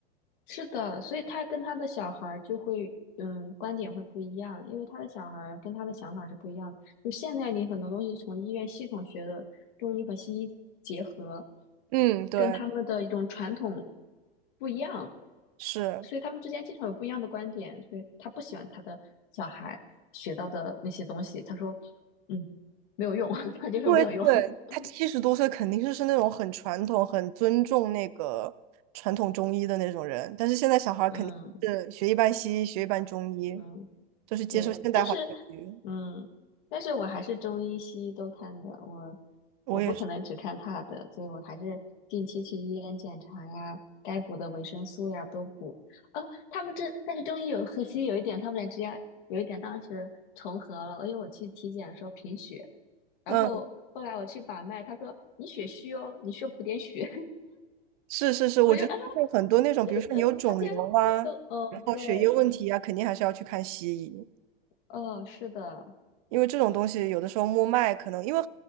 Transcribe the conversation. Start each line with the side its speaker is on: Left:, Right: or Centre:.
Left: 是的，所以他跟他的小孩儿就会，嗯，观点会不一样，因为他的小孩儿跟他的想法是不一样的。就现在你很多东西从医院系统学的中医和西医结合，
Right: 嗯，对，
Left: 跟他们的一种传统不一样，
Right: 是
Left: 所以他们之间经常有不一样的观点，所以他不喜欢他的小孩学到的那些东西，他说，嗯，没有用，<laughs> 他就说没有用，
Right: 因为对他七十多岁肯定就是那种很传统、
Left: <laughs>
Right: 很尊重那个传统中医的那种人，但是现在小孩儿肯定是学一半西医，
Left: 嗯
Right: 学一半中医，
Left: 嗯。
Right: 就是接受现代化教育。
Left: 对，但是，嗯，但是我还是中医西医都看的，我
Right: 我也是。
Left: 我不可能只看他的，所以我还是定期去医院检查呀，该补的维生素呀都补。哦，他们这，但是中医有和 <laughs> 西医有一点，他们俩之间有一点当时重合了，因为我去体检说贫血，然后后来我去把脉，
Right: 嗯。
Left: 他说你血虚哦，你需要补点血，
Right: 是是是，
Left: <laughs>
Right: 我觉得就是很多那种，
Left: 我就啊，对的，
Right: 比如说你有肿瘤啊，
Left: 他竟然都，哦，
Right: 然后血液问题啊，
Left: 对，
Right: 肯定还是要去看西医，
Left: 哦，是的，
Right: 因为这种东西有的时候摸脉可能，因为